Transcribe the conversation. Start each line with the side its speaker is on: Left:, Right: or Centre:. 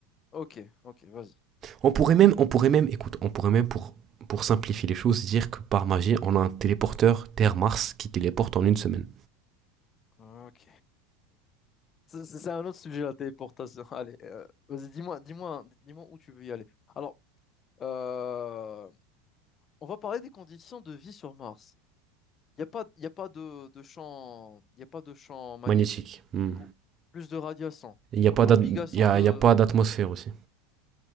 Left: Ok, ok, vas-y,
Right: On
Left: dis-moi.
Right: pourrait même, on pourrait même, écoute, on pourrait même pour, pour simplifier les choses, dire que par magie, on a un téléporteur Terre-Mars qui téléporte en une semaine.
Left: Ok. C'est c'est- c'est un autre sujet, la téléportation. <laughs> Allez, euh, vas-y, dis-moi, dis-moi, dis-moi où tu veux y aller. Alors, euh, on va parler des conditions de vie sur Mars. Il n'y a pas, y a pas de, de champ, il y a pas de champ magnétique.
Right: Magnétique. Hmm.
Left: Du coup, plus de radiation.
Right: Il
Left: Du
Right: n'y
Left: coup,
Right: a pas
Left: l'obligation
Right: d'at- il y a,
Left: de...
Right: il y a pas d'atmosphère aussi.